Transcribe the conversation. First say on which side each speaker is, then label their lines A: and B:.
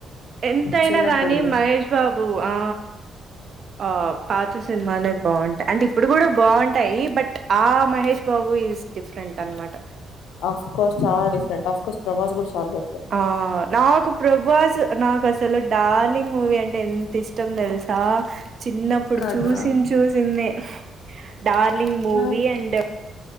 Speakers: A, on the right (about 50°); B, on the left (about 85°).
A: ఎంతయినా
B: చిన్నప్పుడుది
A: గాని మహేష్ బాబు ఆ ఆ పాత సినిమానే బావుంటాయి అంటే ఇప్పుడు కూడా బావుంటాయి బట్ ఆ మహేష్ బాబు ఈస్ డిఫరెంట్ అనమాట
B: అఫ్కోర్స్ చాలా డిఫరెంట్ ఆఫ్కోర్స్ ప్రభస్ కూడా చాలా డిఫెంట్
A: ఆ నాకు ప్రభాస్ నాకు అసలు డార్లింగ్ మూవీ అంటే ఎంత ఇష్టం తెలుసా చిన్నప్పుడు
B: కదా
A: చూసిన్ చూసినే డార్లింగ్ మూవీ
B: నా
A: అండ్